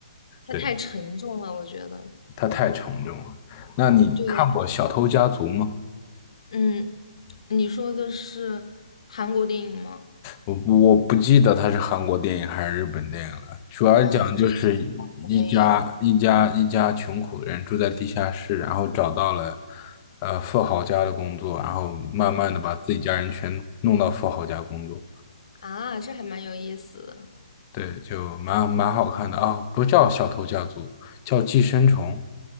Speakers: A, on the left; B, on the left.
A: 它太沉重了，
B: 对
A: 我觉得。
B: 他太沉重了。那你看过《小偷家族》吗？
A: 对，嗯，你说的是韩国电影吗？
B: 我不我不记得他是韩国电影还是日本电影了。主要讲就是一家一家一家穷苦的人住在地下室，
A: 哦，这个我没有
B: 然后找到了呃富豪家的工作，然后慢慢的把自己家人全弄到富豪家工作。
A: 啊啊，这还蛮有意思的
B: 对，就蛮蛮好看的啊，不叫《小偷家族》，叫《寄生虫》。